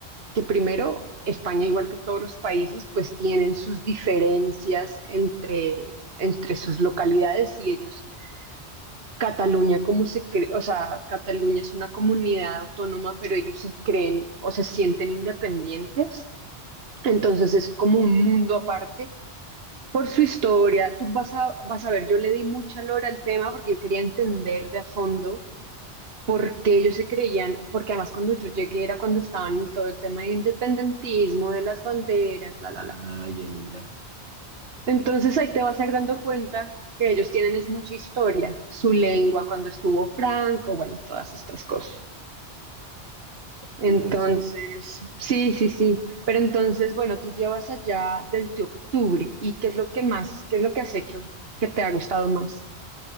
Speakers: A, on the right; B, on the right.
A: que primero España, igual que todos los países, pues tienen sus diferencias entre, entre sus localidades y ellos, Cataluña como se cree, o sea, Cataluña es una comunidad autónoma, pero ellos se creen o se sienten independientes, entonces es como un mundo aparte. Por su historia, tú vas a, vas a ver, yo le di mucha lora al tema porque yo quería entender de a fondo porque ellos se creían, porque además cuando yo llegué era cuando estaban en todo el tema de independentismo, de las banderas, bla, bla,
B: Ah,
A: bla.
B: ya, ya, ya.
A: Entonces ahí te vas a ir dando cuenta que ellos tienen es mucha historia, su lengua cuando estuvo Franco, bueno, todas estas cosas. Entonces,
B: Qué interesante.
A: sí, sí, sí. Pero entonces, bueno, tú llevas allá desde octubre y ¿qué es lo que más, qué es lo que has hecho que te ha gustado más?